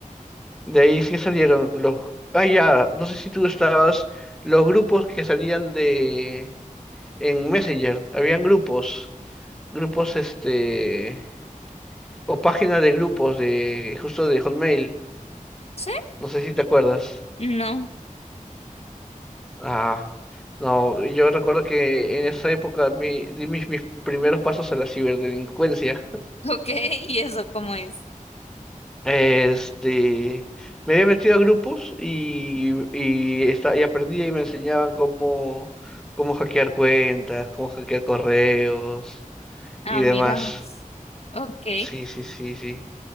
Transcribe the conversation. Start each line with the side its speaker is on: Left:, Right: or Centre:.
Centre: De ahí sí salieron los... Ah, ya, no sé si tú estabas, los grupos que salían de... en Messenger, habían grupos, grupos este, o página de grupos de, justo de Hotmail,
Left: ¿Sí?
Centre: no sé si te acuerdas.
Left: No.
Centre: Ah, no, yo recuerdo que en esa época mi- di mis, mis primeros pasos a la ciberdelincuencia.
Left: Ok, <laughs> ¿y eso cómo es?
Centre: Este, me había metido a grupos y, y, esta- y aprendí y me enseñaban cómo, cómo hackear cuentas, cómo hackear correos
Left: Ah,
Centre: y demás.
Left: mira. vos. Ok.
Centre: Sí, sí, sí, sí.